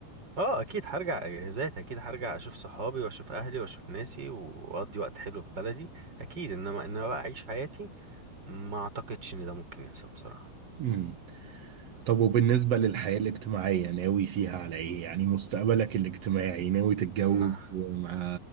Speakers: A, on the right; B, on the right.
A: اه اكيد هرجع اجازات اكيد هرجع اشوف صحابي واشوف اهلي واشوف ناسي واقضي وقت حلو في بلدي اكيد انما ان انا بقى اعيش حياتي ما اعتقدش ان ده ممكن يحصل بصراحة
B: امم طب وبالنسبة للحياة الاجتماعية ناوي فيها على ايه يعني مستقبلك الاجتماعي ناوي تتجوز
A: ما
B: مع